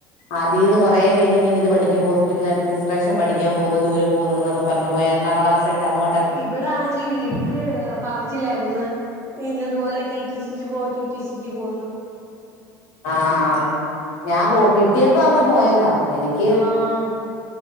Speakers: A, on the left; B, on the right.
A: അതീന്ന് കൊറേ പേര് ഇങ്ങനെ ഇത് പഠിക്കും ഹോസ്പിറ്റൽ അഡ്മിനിസ്ട്രേഷൻ പഠിക്കാൻ പോകുന്നു ദൂരെ പോകുന്നുന്നൊക്കെ പറഞ്ഞു പോയി എറണാകുളം ആ സൈഡ് അങ്ങോട്
B: ഇവിടെ ആണെങ്കി വീട്ടില് പറച്ചിലായിരുന്ന് ഇന്നതുപോലെ റ്റി റ്റി സിക്ക് പോ റ്റി റ്റി സിക്ക് പോന്ന്
A: ആഹ് ഞാൻ പോ കിട്ടിയപ്പോ അങ്ങ് പോയതാ എനിക്ക്
B: ആഹ്